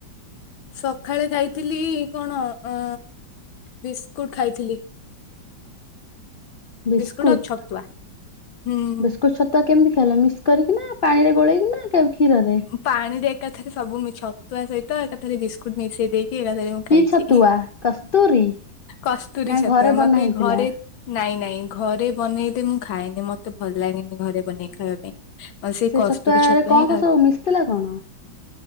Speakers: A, on the left (about 75°); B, on the left (about 60°).
A: ସଖାଳେ ଖାଇଥିଲି କଣ ଅଁ ବିସ୍କୁଟ୍ ଖାଇଥିଲି।
B: ବିସ୍କୁଟ୍
A: ବିସ୍କୁଟ ଆଉ ଛତୁଆ ହୁଁ
B: ବିସ୍ ଟ୍ ଛତୁଆ କେମିତି ଖାଇଲ ମିକ୍ସ୍ କରିକି ନାଁ ପାଣିରେ ଗୋଳେଇକି ନାଁ କ୍ଷିରରେ?
A: ପାଣିରେ ଏକାଥରେ ସବୁ ମିଛ ତାସହିତ ଏକାଥରେ ବିସ୍କୁଟ୍ ମିଶେଇ ଦେଇକି ଏକାଥରେ ମୁଁ
B: କି
A: ଖାଇଛି
B: ଛତୁଆ
A: ହିଁ-
B: କସ୍ତୁରୀ
A: କସ୍ତୁରୀ
B: ନା
A: ଛତୁଆ
B: ଘରେ
A: ମତେ
B: ବନା ହେଇଥିଲା?
A: ଏ ଘରେ ନାଇଁ ନାଇଁ ଘରେ ବନେଇଦେ ମୁଁ ଖାଇଏନି ମତେ ଭଲ ଲାଗେନି ଘରେ ବନେଇ ଖାଇବା ପାଇଁ। ଆଉ ସେଇ
B: ସେ
A: କସ୍ତୁରୀ
B: ଛତୁଆରେ
A: ଛତୁଆ
B: କଣ
A: ହିଁ ଖାଉ
B: କଣ ସବୁ ମିଶିଥିଲା କଣ?